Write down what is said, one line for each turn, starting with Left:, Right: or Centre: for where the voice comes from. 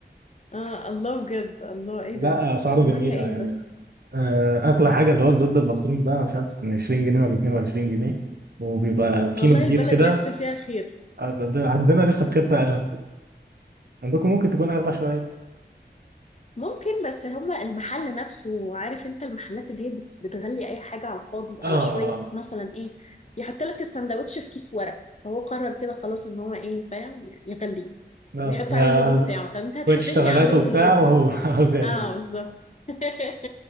Left: اه الله بجد الله
Right: <laughs>
Left: ايه
Right: لا
Left: ده
Right: أسعاره
Left: تمانية
Right: جميلة
Left: ايه
Right: يعني
Left: بس
Right: آه، أغلى حاجة اللي هو البيض بالمصروم ده مش عارف 20 جنيه ولا 22 جنيه وبيبقى كيلو
Left: والله
Right: كبير
Left: البلد
Right: كده
Left: لسه فيها خير
Right: آه، ده- ده عندنا لسه بخير فعلا عندكم ممكن تكون أغلى شوية
Left: ممكن بس هما المحل نفسه عارف انت المحلات اللي هي بت بتغلي اي حاجة على الفاضي
Right: اه
Left: على شوية
Right: اه
Left: مثلا ايه يحط لك السندوتش في كيس ورق فهو قرر كده خلاص ان هو ايه فاهم يغليه
Right: اه
Left: ويحط عليه اللوجو بتاعه طب انت هتحاسبني
Right: شوية اشتغالات
Left: على اللوجو
Right: وبتاع
Left: ليه
Right: وهو
Left: فاهم
Right: <laughs> هو زادت
Left: اه بالظبط <laughs>